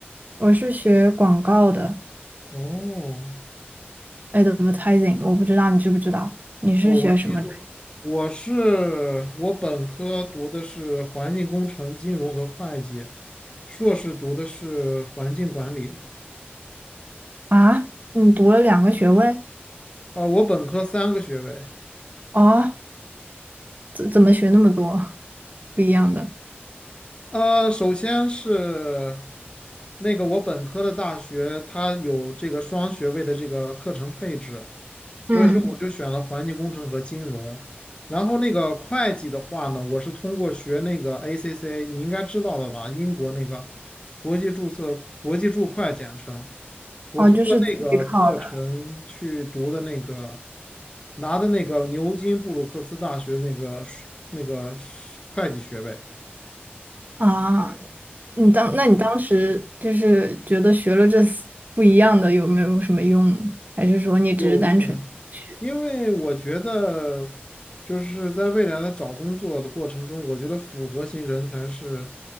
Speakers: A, on the right (about 45°); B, on the left (about 25°).
A: 我是学广告的
B: 哦，
A: ，advertising，我不知道你知不知道，你是学什么专业
B: 哦，我听我是我本科读的是环境工程、金融和会计，硕士读的是环境管理。
A: 啊？你读了两个学位？
B: 啊、我本科三个学位。
A: 哦，怎怎么学那么多 <laughs> 不一样的？
B: 呃，首先是那个我本科的大学，它有这个双学位的这个课程配置，所以说我就选了环境工程和金融。
A: 嗯，
B: 然后那个会计的话呢，我是通过学那个 a c c 你应该知道的吧？英国那个国际注册、国际注会简称。我通过那个课程去读的那个，
A: 哦，就是自己考。的。
B: 拿的那个牛津布鲁克斯大学那个那个会计学位。嗯
A: 啊，你当，那你当时就是觉得学了这四不一样的有没有什么用还是说你只是单纯学？
B: 有用呀，因为我觉得就是在未来的找工作的过程中，我觉得复合型人才是